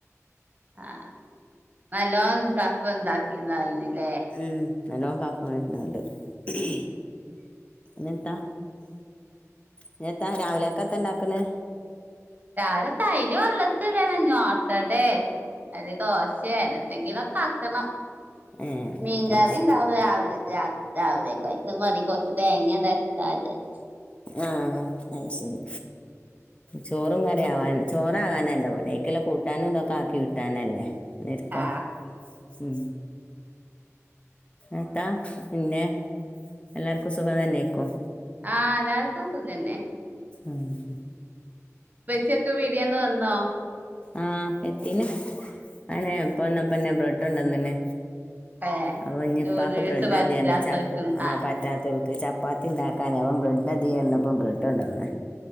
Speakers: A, on the right (about 35°); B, on the left (about 20°).
A: ആഹ് നല്ലോം കഫം എന്താക്കി ഇതായിനല്ലേ
B: ഉം നല്ലോം കഫം വരുന്നൂണ്ട് ഇ ഞെത്താ ഇഞെത്താ രാവിലെക്കെ എത്ത ഇണ്ടാക്കണ്
A: രാവില അയ്രി വെള്ളത്തിടണം ഇഞോട്ടടേ അല്ലെങ്കി ദോശയാ അങ്ങനെത്തെങ്കിലൊക്കെ ആക്കണം
B: ഏഹ്
A: മീൻ കറിയിണ്ടാവും
B: അത് ശരി
A: രാവിലെ രാത് രാവിലെക്കായിരിക്കും മാണെ കൊറച് തേങ്ങ അങ്ങട് അരച്ചാ വിചാരിച്
B: ആഹ് അയ് ശരി ചോറും കറി ആവാൻ ചോറാകാനല്ല പണി അയ്ക്കില്ലേ കൂട്ടാനും ഇതൊക്കെ ആക്കി കിട്ടാനല്ലേ ന്നെര്ക്കൊ
A: ആഹ്
B: ഉം എത്താ പിന്നെ എല്ലാർക്കും സുഖം തന്നെയ്ക്കും
A: ആഹ് എല്ലാവർക്കും സുഖന്നെ
B: ഉമ്മ്
A: ഇപ്പെച്ചി യൊക്കെ പീടിയെന്ന് വന്നോ?
B: ആഹ് എത്തിന് ആയനെ ഇപ്പ വന്നപ്പന്നെ ബ്രെഡു കെണ്ടന്നിണ്
A: ഏഹ്
B: അപ്പം ഇഞ്
A: നൂഡിൽസ്
B: ഇപ്പാക്ക് ബ്രെഡ്
A: പറ്റാത്തോൽക്ക്
B: മതിന് പറഞ് ആ
A: ആഹ്
B: പറ്റാത്തോ ചപ്പാത്തി ഉണ്ടാക്കാനെ അപ്പം ബ്രഡ് മതി പറഞപ്പം ബ്രെഡ് കൊണ്ടന്ന്